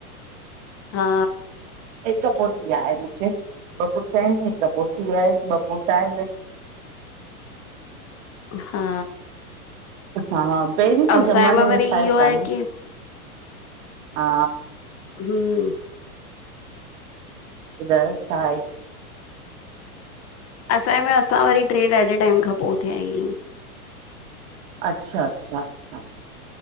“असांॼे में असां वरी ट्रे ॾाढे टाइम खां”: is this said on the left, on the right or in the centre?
Left